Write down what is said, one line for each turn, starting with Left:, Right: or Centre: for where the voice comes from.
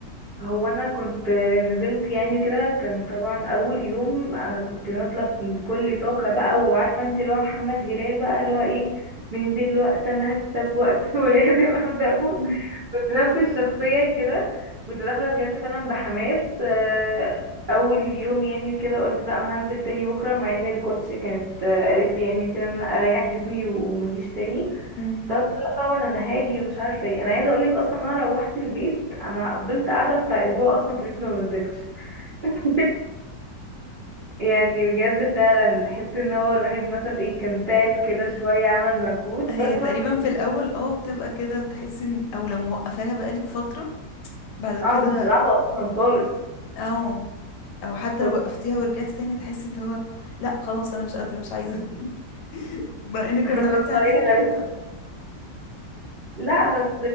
Right: هو انا كنت نزلت يعني كده كان طبعا اول يوم انا كنت نازله بكل طاقه بقى وعارفه انت اللي هو محمد هلال بقى اللي هو ايه من دلوقتي انا هكسب وقت <laughs> ولازم ابدا فوق
Left: <laughs>
Right: كنت نفس الشخصيه كده كنت داخله بجد فعلا بحماس آه، اول يوم يعني كده قلت لا انا هنزل تاني بكره مع ان الكوتش كانت آه، قالت لي يعني كده ان انا اريح جسمي وما اجيش تاني
Left: مم.
Right: بس قلت لا طبعا انا هاجي ومش عارفه ايه انا عايزه اقولك اصلا انا روحت البيت انا فضلت قاعده بتاع اسبوع اصلا في البيت ما بنزلتش <laughs> يعني بجد فعلا تحس ان هو الواحد مثلا ايه كان تعب كده شويه عمل مجهود
Left: هي
Right: بس
Left: تقريبا
Right: بعد كده
Left: في الأول اه بتبقى كده بتحسي ان او لو موقفاها بقالك فترة بعد كده
Right: انا ما كنتش بلعبها اصلا خالص
Left: او او حتى
Right: <laughs> طب-
Left: لو وقفتيها ورجعتي تاني هتحسي اللي هو لا خلاص انا مش قادرة مش عايزة <laughs> بما انك
Right: أنا
Left: لو اتعودتي
Right: صغيره
Left: عليها هتلاقيها
Right: لسه. لا بس